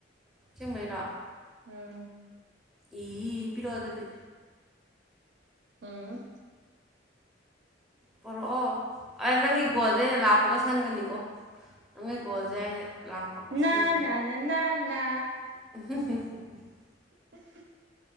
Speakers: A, in the centre; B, on the right.
A: ꯑꯁ‌ꯦꯡꯕꯩꯔ‌ꯣ
B: ꯎꯝ
A: ꯏ ꯄꯤꯔꯛꯑ‌ꯣ ꯑꯗꯨꯗꯤ
B: ꯎꯝ
A: ꯄꯣꯔꯛꯑꯣ ꯑ ꯅꯪꯒꯤ ꯒꯣꯜꯁꯦ ꯑꯩꯅ ꯂꯥꯛꯄꯒ ꯁꯪꯒꯅꯤꯀꯣ ꯅꯪꯒꯤ ꯒꯣꯜꯁꯦ ꯑꯩꯅ ꯂꯥꯛꯄꯒ
B: ꯅ
A: ꯁꯪꯒꯅꯤ
B: ꯅꯥ ꯅꯥ ꯅꯥ
A: <unintelligible>
B: <unintelligible>